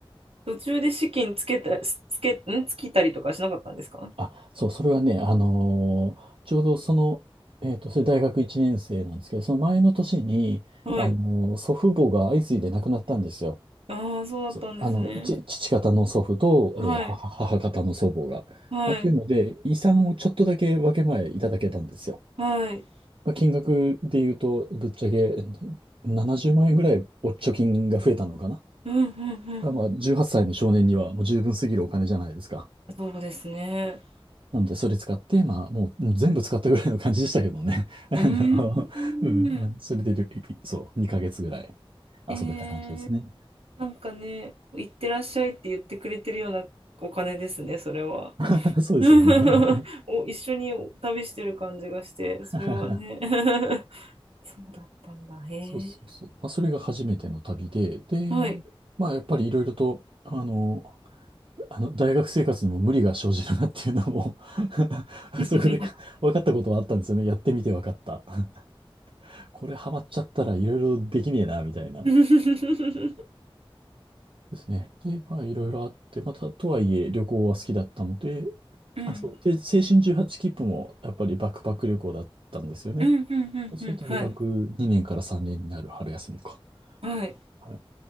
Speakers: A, on the right (about 80°); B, on the right (about 65°).
A: 途中で資金つけた、つけ、ん、つきたりとかしなかったんですか
B: あ、そう、それはね、あのーちょうどその、えっと、それ大学1年生なんですけど、その前の年に、
A: はい。
B: あのー祖父母が相次いで亡くなったんですよ。
A: ああ、そうだったんですね。
B: そう、あの、ち、父方の祖父と、
A: はい。
B: えー母、母方の祖母が。
A: はい。
B: まあ、というので、遺産をちょっとだけ分け前いただけたんですよ。
A: はい。
B: まあ、金額で言うと、ぶっちゃけ70万円ぐらいお貯金が増えたのかな。
A: うん、うん、
B: ただまあ、18歳の少年にはもう十分すぎるお金じゃないですか。
A: そうですね。
B: なので、それ使って、まあ、もう全部使ったぐらいの感じでしたけどね。<laughs> あの、
A: うーん。
B: うん、あのそれでいる、そう、2ヶ月ぐらい遊べた感じですね。
A: えー、なんかね、行ってらっしゃいって言ってくれてるようなお金ですね、それは。
B: <laughs> そうですよね。
A: <laughs> お、一緒に旅してる感じがして、
B: <laughs>
A: それはね。<laughs> そうだったんだ。へえ。
B: そうそうそう。まあ、それが初めての旅で、で、
A: はい。
B: まあ、やっぱりいろいろと、あの、あの、大学生活にも無理が生じるなっていうのも <laughs>
A: <laughs>
B: そこでか分かったことはあったんですよね。やってみて分かった。<laughs> これハマっちゃったらいろいろできねえな、みたいな。
A: うん。
B: ですね。で、まあ、いろいろあって、また、とはいえ、旅行は好きだったので、
A: うん。
B: あ、そう。で、青春18切符も、やっぱりバックパック旅行だったんですよね。
A: うん。うん。
B: それ大学2年から3年になる春休みか。
A: うん。はい。はい。
B: はい。